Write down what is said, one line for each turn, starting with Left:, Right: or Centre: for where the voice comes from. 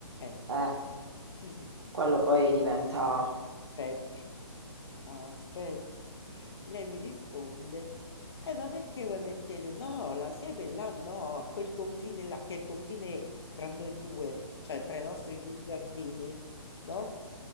Left: Eh,
Right: eh.
Left: <laughs>
Right: Quello poi diventa...
Left: aspetta. Aspetta, lei mi risponde, eh ma perché vuoi mettere? No, la siepe là no, a quel confine là, che è il confine tra noi due, cioè tra i nostri due giardini, no?